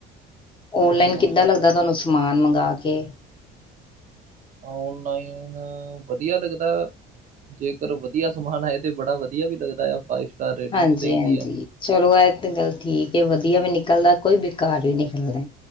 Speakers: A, on the left (about 25°); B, on the right (about 40°).
A: ਓਨਲਾਈਨ
B: ਹੁਣ
A: ਕਿੱਦਾਂ
B: ਤੇ
A: ਲੱਗਦਾ ਤੁਹਾਨੂੰ ਸਮਾਨ ਮੰਗਵਾ ਕੇ
B: ਔਨਲਾਈਨ ਵਧੀਆ ਲੱਗਦਾ। ਜੇਕਰ ਵਧੀਆ ਸਮਾਨ ਹੈ ਤੇ ਬੜਾ ਵਧੀਆ ਵੀ ਲੱਗਦਾ ਆ। ਫਾਈਵ ਸਟਾਰ ਰੇਟਿੰਗ
A: ਹਾਂਜੀ
B: ਵੀ ਦੇਈ
A: -ਹਾਂਜੀ
B: ਦੀ ਹੈ
A: ਚਲੋ ਇਹ ਤਾਂ ਗੱਲ ਠੀਕ ਜ ਵਧੀਆ ਵੀ ਨਿਕਲਦਾ ਕੋਈ ਬੇਕਾਰ ਵੀ ਨਿਕਲਦਾ।